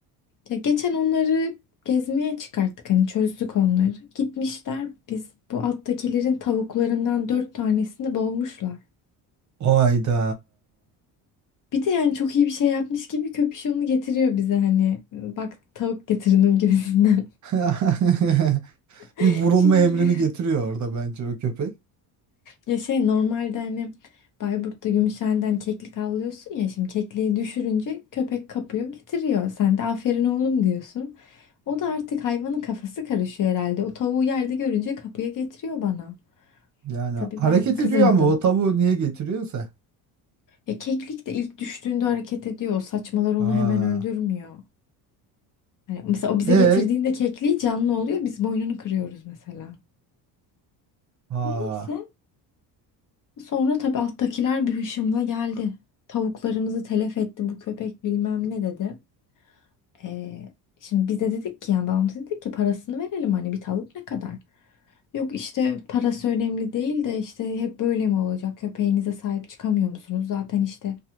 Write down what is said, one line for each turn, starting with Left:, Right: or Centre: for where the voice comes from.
Left: Ya geçen onları gezmeye çıkarttık hani çözdük onları. Gitmişler biz bu alttakilerin tavuklarından dört tanesini boğmuşlar.
Right: O ayda.
Left: Bir de yani çok iyi bir şey yapmış gibi köpüşonunu getiriyor bize hani. Bak tavuk getirdim gibisinden.
Right: <laughs>
Left: <laughs>
Right: Bir vurulma
Left: Çünkü
Right: emrini
Left: <laughs>
Right: getiriyor orada bence o köpek.
Left: ya şey normalde hani Bayburt'ta Gümüşhane'den keklik avlıyorsun ya şimdi kekliği düşürünce köpek kapıyor getiriyor. Sen de aferin oğlum diyorsun. O da artık hayvanın kafası karışıyor herhalde. O tavuğu yerde görünce kapıya getiriyor bana.
Right: Yani
Left: Tabii
Right: hareket
Left: ben kızmadım.
Right: ediyor ama o tavuğu niye getiriyorsa.
Left: Ya keklik de ilk düştüğünde hareket ediyor. O saçmalar onu
Right: Aa.
Left: hemen öldürmüyor. Hani mesela o bize
Right: E,
Left: getirdiğinde kekliği canlı oluyor. Biz boynunu kırıyoruz mesela.
Right: aa.
Left: Neyse. Sonra tabii alttakiler bir hışımla geldi. Tavuklarımızı telef etti bu köpek bilmem ne dedi. Ee, şimdi biz de dedik ki yani babam dedi ki parasını verelim hani bir tavuk ne kadar? Yok işte parası önemli değil de işte hep böyle mi olacak? Köpeğinize sahip çıkamıyor musunuz? Zaten işte